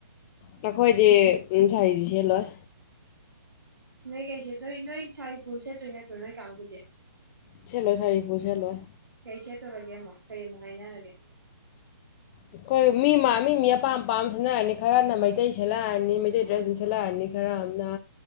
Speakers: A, on the left (about 25°); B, on the right (about 85°).
A: ꯅꯈꯣꯏꯗꯤ ꯁꯥꯔꯤꯁꯤ ꯁꯦꯜꯂꯣꯏ
B: ꯅꯣꯏ ꯀꯩꯁꯦ ꯅꯣꯏ ꯅꯣꯏ ꯁꯥꯔꯤ ꯐꯨꯜ ꯁꯦꯠꯇꯣꯏ ꯅꯠꯇ꯭ꯔꯣ ꯅꯣꯏ ꯀꯥꯡꯕꯨꯗꯤ
A: ꯁꯦꯜꯂꯣꯏ ꯁꯔꯤꯕꯨꯨ ꯁꯦꯜꯂꯣꯏ
B: ꯄꯦ ꯇꯧꯔꯒꯦ ꯑꯃꯨꯛ ꯀꯩ ꯑꯃꯨꯛ ꯍꯥꯏꯅꯔꯒꯦ
A: ꯑꯩꯈꯣꯏ ꯃꯤ ꯃꯤ ꯃꯤ ꯑꯄꯥꯝ ꯑꯄꯥꯝ ꯁꯠꯅꯛꯑꯅꯤ ꯈꯔꯅ ꯃꯩꯇꯩ ꯁꯦꯠꯂꯛꯑꯅꯤ ꯃꯩꯇꯩ ꯗ꯭ꯔꯦꯁꯁꯤꯡ ꯁꯦꯠꯂꯛꯑꯅꯤ ꯈꯔ ꯑꯃꯅ